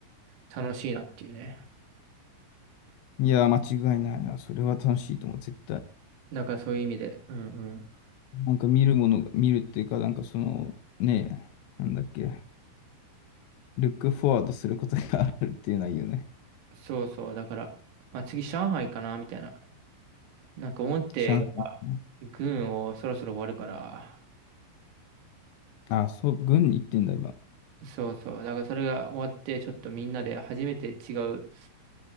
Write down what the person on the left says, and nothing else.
いやー、間違いないな。それは楽しいと思う、絶対。
なんか見るものが、見るっていうか、なんかその、ねえ、なんだっけ、ルックフォワードすることがあるっていうのはいいよね。
上海か
な。あ、そう、軍に行ってんだ、今。